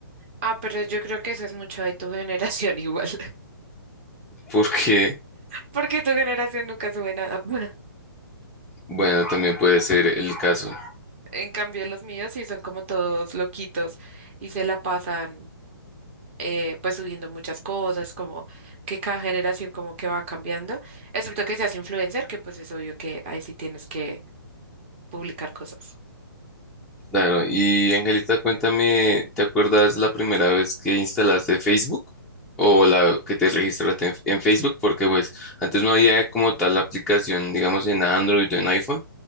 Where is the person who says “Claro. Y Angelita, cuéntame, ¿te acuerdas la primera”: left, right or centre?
Centre